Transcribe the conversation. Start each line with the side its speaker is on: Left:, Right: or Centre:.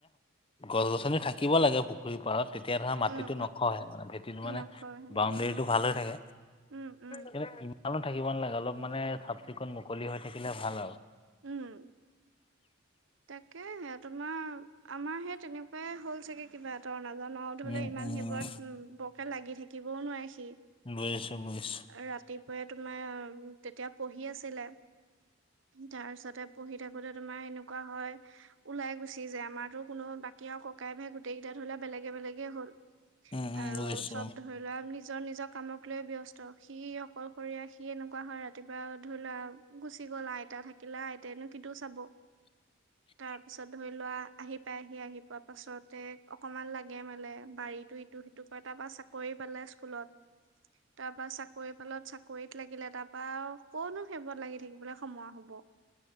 Left: গছ গছনি থাকিব লাগে পুখুৰীৰ পাৰত তেতিয়া ধৰা মাটিতটো
Right: উম
Left: নখহে মানে ভেটিটো
Right: উম
Left: মানে
Right: নকয়
Left: বাউণ্ডৰীটো
Right: উম
Left: ভাল হৈ থাকে
Right: উম উম
Left: কিন্তু ই ভালো থাকিব নালাগে অলপ মানে চাফ চিকুণ মুকলি হৈ থাকিলে ভাল আৰু
Right: উম তাকে সে তোমাৰ আমাৰ সে তেনেকুৱাই হ'ল চাগে কিবা এটা নাজানাওতো
Left: উম,
Right: বোলে ইমান
Left: উম,
Right: সেইবোৰত উম বৰকে লাগি থাকিবও নোৱাৰি
Left: বুজিছো বুজিছো
Right: ৰাতিপুৱাই তোমাৰ তেতিয়া পঢ়ি আছিলে তাৰ পিছতে পঢ়ি থাকোতে তোমাৰ এনেকুৱা একুৱা হয় ওলাই গুচি যায় আমাৰতো কোনো বাকী আৰু ককাই ভাই গোটেই কেইটা ধৰিলে বেলেগে বেলেগে হ'ল
Left: উম, উম,
Right: আৰু
Left: বুজিছো
Right: চব ধৰি লোৱা আমনি নিজৰ নিজৰ কামক লৈ ব্যস্ত সি অকলশৰীয়া সি এনেকুৱা হয় ৰাতিপুৱা ধৰি লোৱা গুচি গল আইতা থাকিলে আইতনো কিন্তুও চাব
Left: <inaudible>
Right: তাৰ পিছত ধৰি লোৱা আহি পাইহি আহি পোৱা পাছতে অকনমান লাগে মানে বাৰীতো ইটো সি ক তাৰ পৰা চাকৰি পালে স্কুলত তাৰ পৰা চাকৰি ফালত চাকৰিত লাগিলে তাৰ পৰাা কনো সেবোৰত লাগি থাকিবলৈ সময় হব